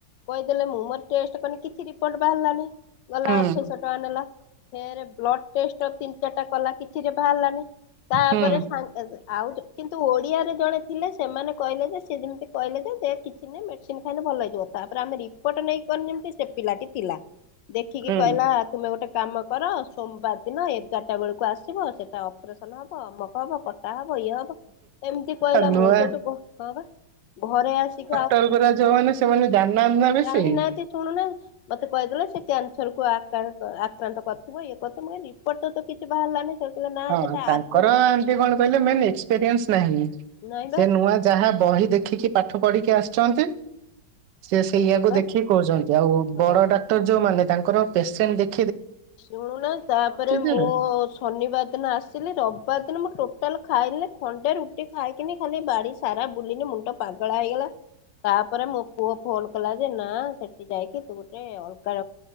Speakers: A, on the left (about 75°); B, on the right (about 75°).
A: କହିଦେଲେ ମୁଁ ମୋର ଟେଷ୍ଟ କନ କିଛି ରିପୋର୍ଟ ବାହାରିଲାନି। ଗଲା
B: ହୁଁ
A: ଅଠେଇଶ ଟଙ୍କା ନେଲା ଫେରେ ବ୍ଲଡ ଟେଷ୍ଟ ତିନି ଚାରିଟା କଲା କିଛିରେ ବାହାରିଲାନି। ତାପରେ
B: ହୁଁ
A: ସା ଆଉ କିନ୍ତୁ ଓଡିଆରେ ଜଣେ ଥିଲେ ସେମାନେ କହିଲେ ଯେ ସେଏ ଯେମିତି କହେ ଯେ କିଛି ନାଁ ମେଡିସିନ ଖାଇଲେ ଭଲ ହେଇଯିବ। ତାପରେ ଆମେ ରିପୋର୍ଟ ନେଇକ କରିମତି ସେ ପିଲାଟି ଥିଲା, ଦେଖିକି
B: ହୁଁ
A: କହିଲା ତୁମେଗୋଟେ କାମକର ସୋମବାର ଦିନ ଏଗାରଟା ବେଳକୁ ଆସିବ, ସେଇଟା ଅପରେସନ୍ ହେବ ଅମକହେବ କଟାହେବ ଭଇହବ ଏମିତି କହିଲା
B: ନୂଆ
A: ମୁଁର ସୋଠୁ ହଁ ବା ଘରେଆସିକି
B: ଟର ଯୋଉ ମାନ ସେମାନେ ଜାନାହାନ୍ତି ନା ବେଶୀ
A: ଜାଣିନାହାନ୍ତି ମତେ କହିଦେଲେ ସେ କ୍ୟାନସରକୁ ଆକ୍ରାନ୍ତ ଆକ୍ରାନ୍ତ କରିଥିବ ଇଏକରିଥିବ, ମୁଁ କହିଲି ରିପୋର୍ଟ ତ ତ କିଛି ବାହାରିଲାନି ସେ କହିଲା ନା
B: ହଁ
A: ସେଟା
B: ତାଙ୍କର
A: ଆଗ
B: ଏମତି କଣ କହିଲେ ମେନ୍ ଏକ୍ସପିରିଏସ ନାହିଁ।
A: ନାଇଁ
B: ସେ
A: ବା
B: ନୂଆ ଯାହା ବହି ଦେଖିକି ପାଠ ପଢିକି ଆସିଛନ୍ତି। ସେ ସେଇୟଆକୁ
A: ସେଇଆ ବା
B: ଦେଖିକି କହୁଛନ୍ତି ଆଉ ବଡଡାକ୍ତର
A: ହଁ।
B: ଯୋଉମାନେ ତାଙ୍କର ପେସେଣ୍ଟ ଦେଖ
A: ଶୁଣୁନା ତାପରେ ମୁଁ
B: ଯେ
A: ଶନିବାର ଦିନ ଆସିଲି ରବିବାର ଦିନ ମୁଁ ଟୋଟାଲ ଖାଇିନି, ଖଣ୍ଡେ ରୁଟି ଖାଇକିନି ଖାଲି ବାଡ଼ିସାରା ବୁଲିନି ମୁଣ୍ଡ ପାଗଳା ହେଇଗଲା। ତାପରେ ମୋପୁଅ ଫୋନ କଲାଯେ ନା ସେଠି ଯାଇକି ତୁଗୋଟେ ଅଲଗା